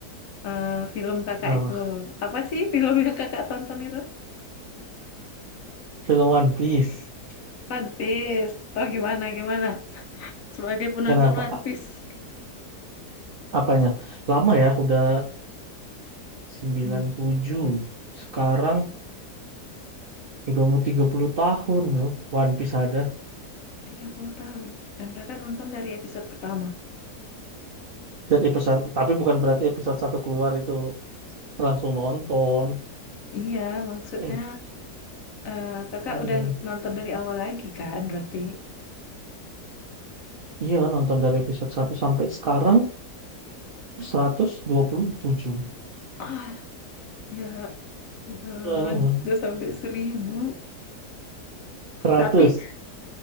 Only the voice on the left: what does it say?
Eh, film kakak
itu apa sih film yang kakak tonton itu?
One Piece. Oh gimana gimana? Sebagai penonton
One
Piece.
Hmm,
30 tahun. Dan kakak nonton dari episode pertama.
Iya, maksudnya
eh, kakak
udah nonton dari awal lagi kan berarti.
Ah, Ya ampun,
udah sampai seribu.
Tapi